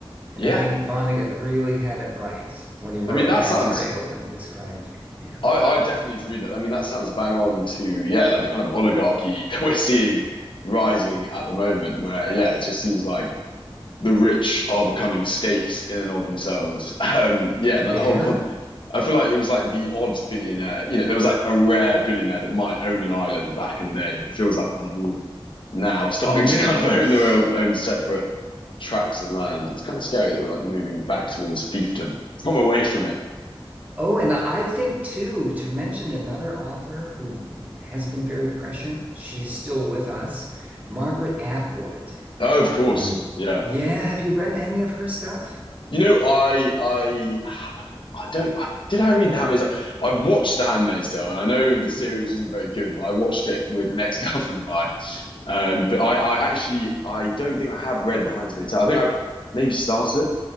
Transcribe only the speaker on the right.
And
I think Vonnegut really had it right when he wrote
Cat's
Cradle and described, yeah,
yeah,
yes.
Oh, and I think too, to mention another author who has been very prescient, she's still with us, Margaret Atwood.
Um,
yeah, have you read any of her stuff?